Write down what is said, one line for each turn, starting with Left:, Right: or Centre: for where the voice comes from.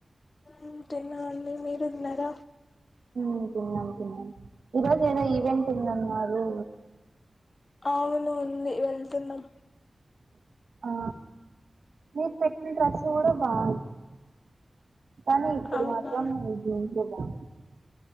Left: ఉమ్ తినమండి మీరూ తిన్నారా
Right: ఉమ్ తిన్నానమ్ తిన్నాం ఈరోజు ఏదో ఈవెంట్ ఉందన్నారు
Left: అవును ఉంది వెళ్తున్నాం
Right: ఆ మీరు పెట్టిన డ్రెస్ కూడా బావుంది కానీ ఇప్పుడు
Left: అవునా
Right: మాత్రం జీన్స్ ఎ బావుంది